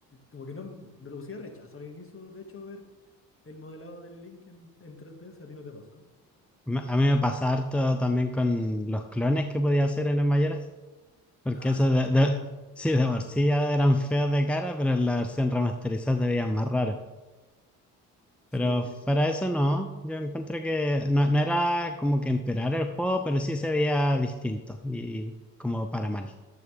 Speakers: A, on the left (about 25°); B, in the centre.
A: Como que no me producía rechazo al inicio, de hecho, ver el modelado del Link en, en tres d si a ti no te pasa.
B: Me- A mí me pasa harto también con los clones que podía hacer en el Mayoras, porque
A: Ah,
B: eso
A: esas
B: de,
A: cuestiones
B: de-
A: feas.
B: sí, de por sí ya eran feos de cara, pero en la versión remasterizada se veían más raros. Pero
A: Sí, sí.
B: fuera de eso no, yo encuentro que no, no era como que empeorar el juego, pero sí se veía distinto y como para mal.